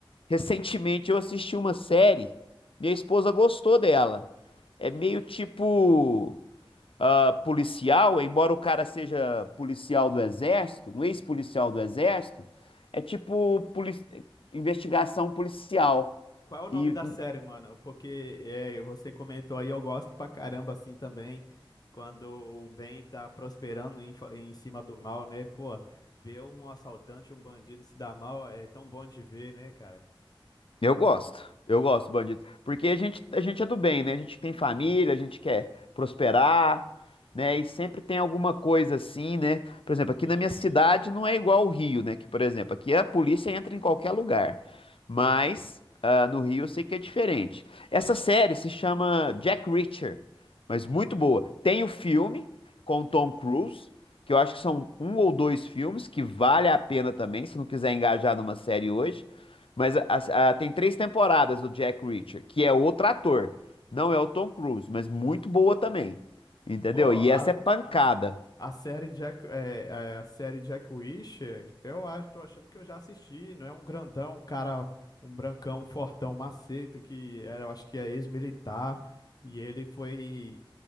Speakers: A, on the left; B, on the left.
A: Recentemente eu assisti uma série, minha esposa gostou dela. É meio tipo ah, policial, embora o cara seja policial do exército, um ex-policial do exército, é tipo poli- investigação policial.
B: Qual é o nome
A: E
B: da série, mano? Porque é, você comentou aí, eu gosto pra caramba assim também, quando o bem tá prosperando em, fa- em cima do mal, né? Pô, ver um assaltante, um bandido se dar mal é tão bom de ver, né, cara?
A: Eu gosto, eu gosto, bandido. Porque a gente, a gente é do bem, né? A gente tem família, a gente quer prosperar, né? E sempre tem alguma coisa assim, né? Por exemplo, aqui na minha cidade não é igual ao Rio, né? Que, por exemplo, aqui a polícia entra em qualquer lugar. Mas ah, no Rio eu sei que é diferente. Essa série se chama Jack Reacher, mas muito boa. Tem o filme com o Tom Cruise que eu acho que são um ou dois filmes que vale a pena também, se não quiser engajar numa série hoje. Mas a- a- a- tem três temporadas do Jack Reacher, que é outro ator. Não é o Tom Cruise, mas muito boa também. Entendeu?
B: Pô,
A: E
B: a-
A: essa é pancada.
B: A série Jack, é, é, a série Jack Wisher, eu acho, tô achando que eu já assisti, não é um grandão, um cara, um brancão, um fortão, um maceta, que era, eu acho que é ex-militar, e ele foi,